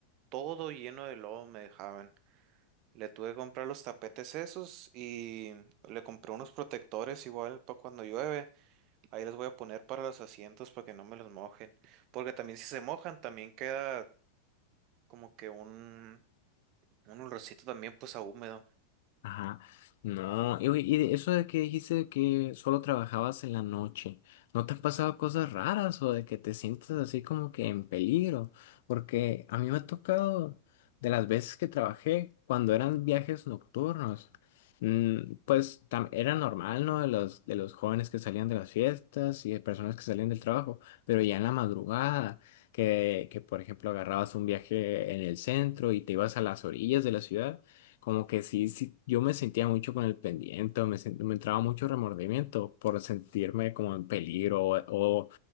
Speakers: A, on the right; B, on the left.
A: todo lleno de lodo me dejaban. Le tuve que comprar los tapetes esos y le compré unos protectores igual para cuando llueve Ahí les voy a poner para los asientos para que no me los mojen. Porque también si se mojan, también queda como que un, un olorcito también pues a húmedo.
B: Ajá, no, y, oye, y de eso de que dijiste que solo trabajabas en la noche, ¿no te han pasado cosas raras o de que te sientes así como que en peligro? Porque a mí me ha tocado de las veces que trabajé cuando eran viajes nocturnos, mm, pues tam- era normal, ¿no? De los, de los jóvenes que salían de las fiestas y de personas que salían del trabajo, pero ya en la madrugada, que, que por ejemplo agarrabas un viaje en el centro y te ibas a las orillas de la ciudad. Como que sí, sí, yo me sentía mucho con el pendiente, me, sent- me entraba mucho remordimiento por sentirme como en peligro o, o,